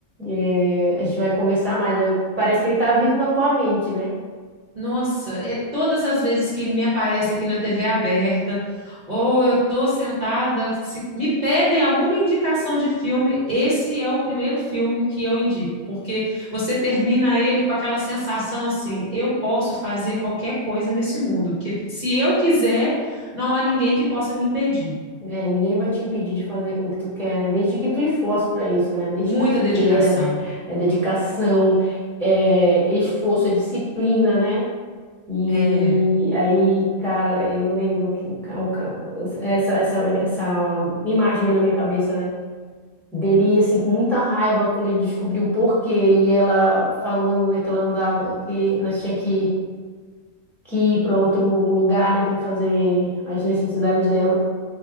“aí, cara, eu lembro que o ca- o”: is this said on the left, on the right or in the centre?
Centre